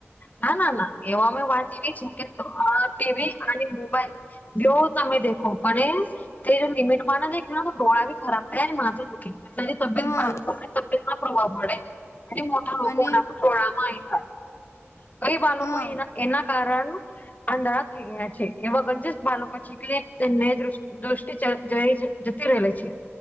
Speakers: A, on the left (about 35°); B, on the left (about 85°).
A: ના ના ના એવા અમે વાત એવી છે કે આ ટીવી અને મોબાઈલ <unintelligible> દેખો મને તે લિમિટ મામા ની દેખીયો તો ડોડા બી ખરાબ થાય અને માથું દુઃખી એટલાની તબિયત
B: હા
A: બાળકોને તબિયત ના પ્રભાવ પડે અને મોટા લોકોના
B: અને
A: પણ ટોળામાં થાય કઈ બાળકો
B: હા
A: એના એના કારણ આંધળા થઈ ગયા છે એવા ગંજસ બાળકો છેીખલેને દષ દૃષ્ટિ જ જતી રહેલા છે.